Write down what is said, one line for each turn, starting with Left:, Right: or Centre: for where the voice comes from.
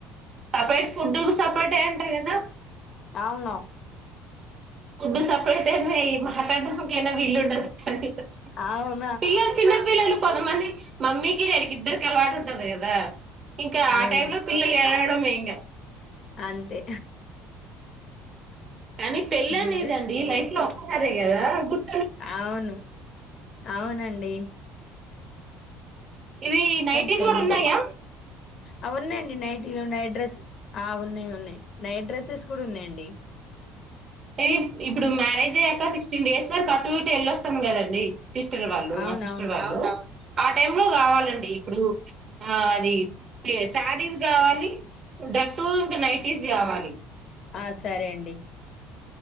Right: సపరేట్ ఫుడ్ సపరేట్ ఏ ఉంటా కదా
Left: అవును
Right: ఫుడ్డు సెపరేట్ ఏమ మాట్డాంకేనా వీల్లు ఉండదు కనిపిస్తది
Left: అవును
Right: పిల్లలు చిన్నపిిల్లలు కొంతమంది మమ్మీకి డాడీకి ఇద్దరికి అలవాటు ఉంటది కదా ఇంకా ఆ
Left: అవును.
Right: టైమ్ లో పిల్లలు మే యింగ
Left: అంతే
Right: కానీ పెళ్లిి
Left: హ్మ్.
Right: అనేది
Left: రె
Right: అండి లైఫ్ లో సరేగద గుడ్
Left: అవును అవునండ్ డి
Right: ఇవి నైటీ
Left: ట్రెండ్.
Right: లు కూడా ఉన్నాయా
Left: ఆ ఉన్నాయండి నైటీ లో నైట్ డ్రెస్స్ ఆ ఉన్నాయి ఉన్నాయి నైట్ డ్రెస్సెస్ కూడా ఉన్నాయండి
Right: ఈ ఇప్పుడు మ్యారేజ్ అయ్యాక సిక్స్టీన్ డేస్ వరకు అ టు ఇటు వెళ్ళొస్తాము కదండి సిస్టర్ వాళ్ళు
Left: అవునవును.
Right: మా సిస్టర్ వాళ్ళు ఆ టైమ్ లో కావాలండి ఇప్పుడు ఆ అది శదీస్ కావాలి దట్టు ఇంకా నైటీస్ కావాలి
Left: ఆ సరే అండి